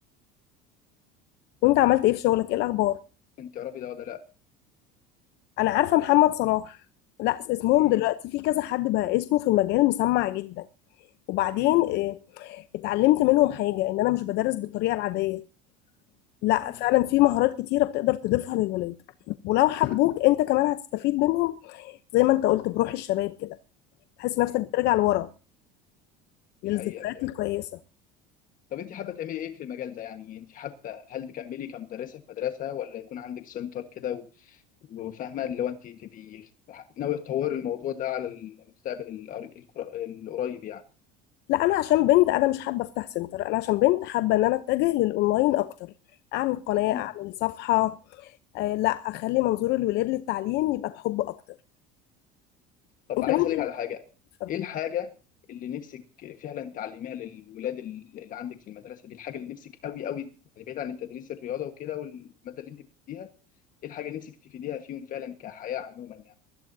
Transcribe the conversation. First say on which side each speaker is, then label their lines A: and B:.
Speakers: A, on the left (about 60°); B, on the left (about 45°).
A: وانت عملت ايه في شغلك ايه الاخبار
B: انت تعرفي ده ولا لا
A: انا عارفة محمد صلاح لا اسمهم
B: امم
A: دلوقتي في كذا حد بقى اسمه في المجال مسمع جدا وبعدين
B: امم
A: اه، اتعلمت منهم حاجة ان انا مش بدرس بالطريقة العادية لا
B: امم
A: فعلا في مهارات كتيرة بتقدر تضيفها للولاد ولو حبوك انت كمان هتستفيد منهم زي ما انت قلت بروح الشباب كده تحس نفسك
B: أمم.
A: بترجع لورا للذكريات
B: دي حقيقه فعلا
A: الكويسة
B: طب انت حابه تعملي ايه في المجال ده يعني انت حابه هل تكملي كمدرسه في مدرسه ولا يكون عندك سنتر كده و- وفاهمه اللي هو انت تبقي ناوي تطوري الموضوع ده على المستقبل القر- القر- القريب
A: لا انا عشان بنت انا مش حابة افتح سنتر انا عشان بنت حابة ان انا اتجه للاونلاين اكتر اعمل قناة
B: يعني
A: اعمل صفحة آه لا اخلي منظور الولاد للتعليم يبقى بحب اكتر
B: طب
A: انت
B: عايز
A: ممكن
B: اسالك على حاجه
A: اتفضل
B: ايه الحاجه اللي نفسك فعلا تعلميها للولاد ال- اللي عندك في المدرسه دي الحاجه اللي نفسك قوي قوي يعني بعيد عن التدريس الرياضه وكده والماده اللي انت بتديها ايه الحاجه اللي نفسك تفيديها فيهم فعلا كحياه عموما يعني